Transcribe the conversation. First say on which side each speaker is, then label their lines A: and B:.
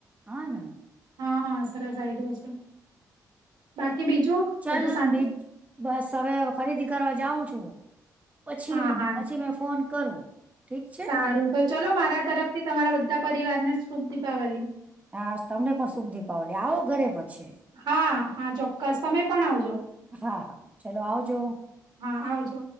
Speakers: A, on the right; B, on the right.
A: હ ને
B: હા સરસ આ આવી ગ છે બાકી બીજું
A: ચાલ
B: બધું શાંતિ
A: બીજ બસ હવે ખરીદી કરવા જાઉં છું. પછી
B: હા હા
A: પછી મે ફોન કરું ઠીક છે
B: સારું તો ચલો મારા તરફ થી તમારા બધા પરિવાર ને શુભ દીપાવળી
A: હા તમને પણ સુધી પાવ લે આવો ઘરે પછી
B: હા હા ચોક્કસ તમે પણ આવજો
A: હા હા ચલો આવજો
B: હા આવજો